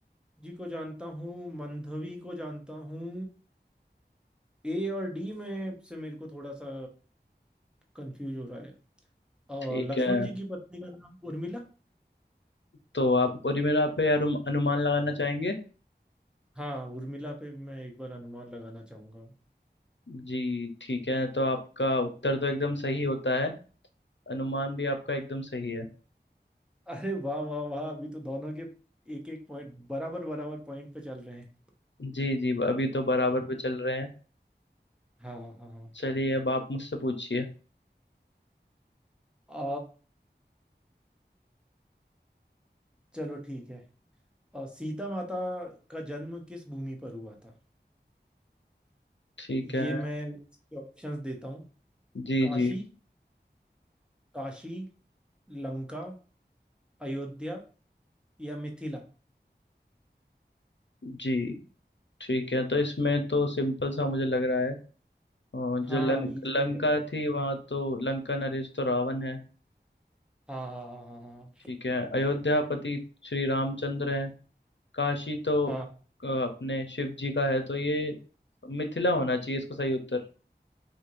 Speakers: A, in the centre; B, on the left.
A: जी को जानता हूँ मंधवी को जानता हूँ ए और डी में से मेरे को थोड़ा सा कंफ्यूज हो रहा है अ,
B: ठीक
A: लक्ष्मण
B: है
A: जी की पत्नी का नाम उर्मिला
B: तो आप और मेरा पे अरुम- अनुमान लगाना चाहेंगे
A: हाँ उर्मिला पे मैं एक बार अनुमान लगाना चाहूंगा
B: जी ठीक है तो आपका उत्तर तो एकदम सही होता है अनुमान भी आपका एकदम सही है
A: अरे वाह वाह वाह अभी तो दोनों के एक एक पॉइंट बराबर बराबर पॉइंट पे चल रहे हैं
B: जी जी अभी तो बराबर पे चल रहे हैं
A: हाँ हाँ हाँ
B: चलिए अब आप मुझसे पूछिए
A: अ, चलो ठीक है अ, सीता माता का जन्म किस भूमि पर हुआ था
B: ठीक है
A: ये मैं इसके ऑप्शंस देता हूँ
B: जी
A: काशी
B: जी
A: काशी लंका अयोध्या या मिथिला
B: जी ठीक है तो इसमें तो सिंपल सा मुझे लग रहा है और
A: हाँ
B: जो लंक
A: इजी
B: लंका
A: है
B: थी वहाँ तो लंका नरेश तो रावण है
A: हाँ हाँ हाँ हाँ
B: ठीक है अयोध्यापति श्री रामचंद्र है काशी तो
A: हाँ
B: अ, अपने शिव जी का है तो ये मिथिला होना चाहिए इसका सही उत्तर